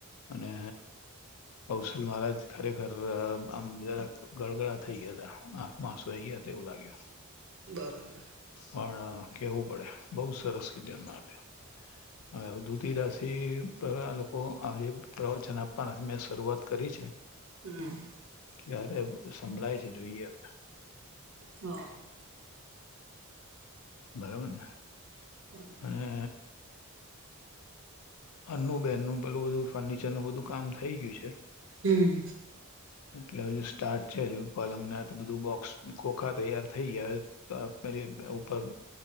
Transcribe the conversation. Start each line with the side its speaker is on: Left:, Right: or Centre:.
Left: અને કૌસલ મહારાજ ખરેખર આમ જરા ગડગડા થઈ ગયા હતા આંખમાં આસઈ ગયા એવું લાગ્યું
Right: બરાબર
Left: પણ કેવું પડે બહુ સરસ કીધું એમના માટે હ ધુતિ રાશિ પર લોકો આ જે પ્રવચન આપવાના મેં શરૂઆત કરી છે.
Right: હમ
Left: ક્યારે સંભળાય છે જોઈએ હવે.
Right: હા.
Left: બરાબરને
Right: બરાબર
Left: અને. અન્નુબહેન નું પેલું બધું ફર્નિચર નું બધું કામ થઈ ગયું છે..
Right: હમ
Left: એટલે હજુ સ્ટાર્ટ છે હજુ પલંગનાથ બધું બોક્સ ખોખા તૈયાર થઈ ગયા પેલી ઉપર